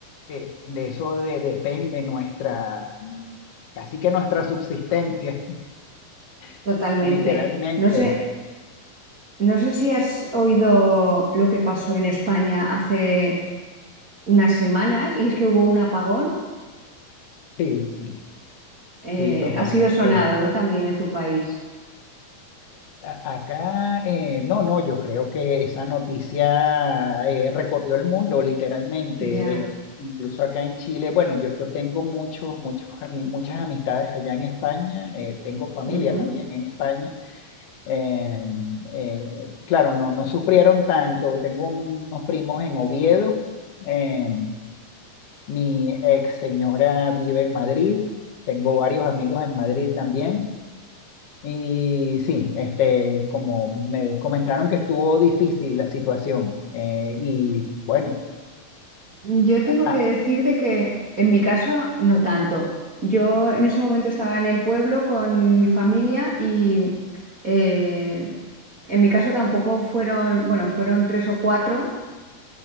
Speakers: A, on the left (about 55°); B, on the right (about 35°).
A: eh, de eso de- depende nuestra, casi que nuestra subsistencia, <laughs>
B: totalmente.
A: literalmente.
B: No sé, no sé si has oído lo que pasó en España hace unas semanas y es que hubo un apagón.
A: Sí, sí,
B: Eh,
A: sí, totalmente
B: ha sido sonado, ¿no? También en tu país.
A: A- Acá, eh, no, no, yo creo que esa noticia eh, recorrió el mundo literalmente,
B: Ya.
A: eh, incluso acá en Chile. Bueno, yo, yo tengo muchos, muchos, ami- muchas amistades allá en España, eh, tengo familia
B: ujú.
A: también en España. Em, Eh, eh, claro, no, no sufrieron tanto. Tengo unos primos en Oviedo, eh, mi ex señora vive en Madrid, tengo varios amigos en Madrid también. Y sí, este, como me comentaron que estuvo difícil la situación, eh, y bueno,
B: Yo tengo
A: ah,
B: que decirte que en mi caso no tanto. Yo en ese momento estaba en el pueblo con mi familia y eh, en mi caso tampoco fueron, bueno, fueron tres o cuatro